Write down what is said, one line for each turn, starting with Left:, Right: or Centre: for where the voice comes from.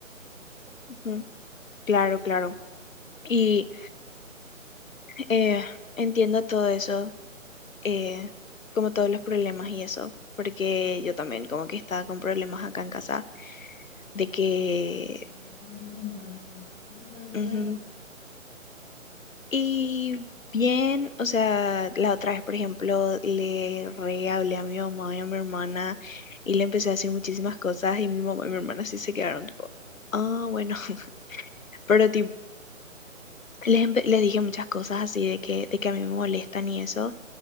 Left: ujú. Claro, claro. Y eh, entiendo todo eso, eh, como todos los problemas y eso, porque yo también como que estaba con problemas acá en casa, de que...
Centre: Cierto que me contaste. ¿Y qué tal todo
Left: ujú.
Centre: ahí?
Left: Y bien, o sea, la otra vez, por ejemplo, le re hablé a mi mamá y a mi hermana y le empecé a decir muchísimas cosas y mi mamá y mi hermana sí se quedaron tipo, ah, bueno, <laughs> pero tipo... Les, empe- les dije muchas cosas así de que, de que a mí me molestan y eso.